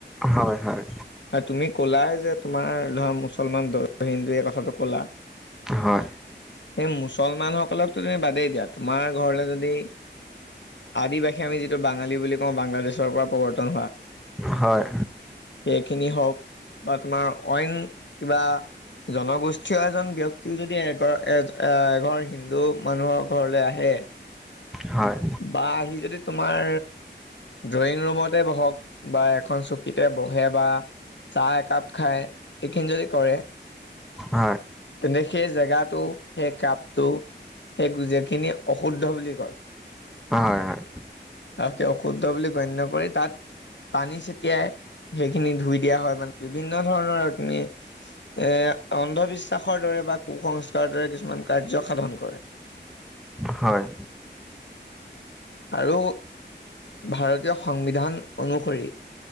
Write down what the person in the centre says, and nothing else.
হয়, হয়।
হয়।
হয়।
হয়।
হয়।
হয়, হয়।
হয়।